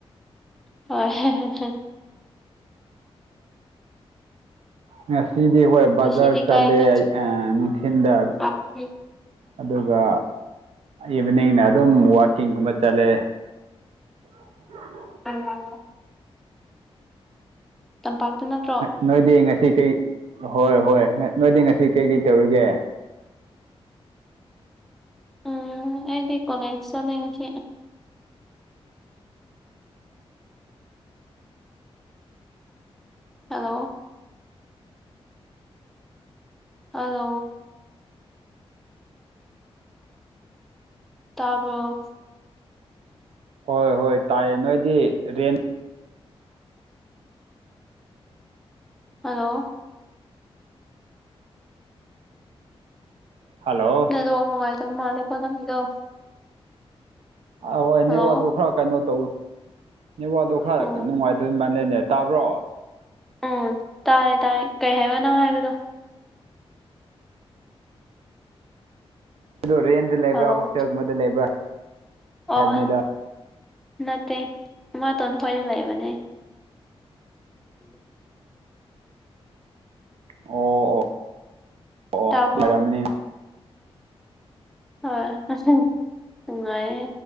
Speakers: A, in the centre; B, on the right (about 75°).
A: ꯍꯣꯏ <unintelligible>
B: ꯉꯁꯤꯗꯤ ꯍꯣꯏ ꯕꯖꯥꯔ
A: ꯉꯁꯤꯗꯤ
B: ꯆꯠꯂꯦ
A: ꯀꯥꯏ ꯀꯥꯏ
B: ꯑꯩ ꯅꯨꯡꯊꯤꯟꯗꯥ
A: ꯆꯠꯊꯣꯛꯄ꯭ꯔꯥ
B: ꯑꯗꯨꯒ ꯏꯚꯤꯅꯤꯡꯅ ꯑꯗꯨꯝ ꯋꯥꯛꯀꯤꯡꯒꯨꯝꯕ ꯆꯠꯂꯦ <unintelligible>
A: <unintelligible> ꯇꯝꯄꯥꯛꯇ ꯅꯠꯇ꯭ꯔꯣ
B: ꯅꯣꯏꯗꯤ ꯉꯁꯤ ꯀꯩ ꯍꯣꯏ ꯍꯣꯏ ꯅꯣꯏꯗꯤ ꯉꯁꯤ ꯀꯩꯀꯩ ꯇꯧꯔꯤꯒꯦ
A: ꯎꯝ ꯑꯩꯗꯤ ꯀꯣꯂꯦꯖ ꯆꯠꯂꯦ ꯉꯁꯤ ꯍꯂꯣ ꯍꯂꯣ ꯇꯥꯕ꯭ꯔꯣ
B: ꯍꯣꯏ ꯍꯣꯏ ꯇꯥꯏꯌꯦ ꯅꯣꯏꯗꯤ ꯔꯦꯟ
A: ꯍꯜꯂꯣ
B: ꯍꯜꯂꯣ
A: ꯅꯗꯣ ꯅꯨꯡꯉꯥꯏꯇꯕ ꯃꯥꯜꯂꯦꯀꯣ ꯅꯪꯗꯣ
B: ꯑ ꯍꯣꯏ
A: ꯍꯜꯂꯣ
B: ꯅꯦꯋꯥ ꯗꯣ ꯈꯔ ꯀꯩꯅꯣ ꯇꯧ ꯅꯦꯋꯥ ꯗꯣ ꯈꯔ
A: ꯎꯝ
B: ꯅꯨꯡꯉꯥꯏꯗꯣꯏ ꯃꯥꯜꯂꯦꯅꯦ ꯇꯥꯕ꯭ꯔꯣ
A: ꯎꯝ ꯇꯥꯔꯦ ꯇꯥꯔꯦ ꯀꯩ ꯍꯥꯏꯕ ꯅꯪ ꯍꯥꯏꯕꯗꯣ
B: ꯑꯗꯨ ꯔꯦꯟꯗ ꯂꯩꯕ꯭ꯔꯥ
A: ꯍꯜꯂꯣ
B: ꯍꯣꯁꯇꯦꯜꯒꯨꯝꯕꯗ ꯂꯩꯕ꯭ꯔꯥ
A: ꯑꯣ
B: ꯍꯥꯏꯕꯅꯤꯗ
A: ꯅꯠꯇꯦ ꯏꯃꯥꯇꯣꯟ ꯈꯣꯏꯗ ꯂꯩꯕꯅꯦ ꯎꯝ
B: ꯑꯣ ꯑꯣ ꯑꯣ ꯑꯣ
A: ꯇꯥꯕ꯭ꯔꯣ
B: ꯂꯩꯔꯝꯅꯤ
A: ꯍ ꯑꯁꯤꯁ ꯅꯨꯡꯉꯥꯏꯌꯦ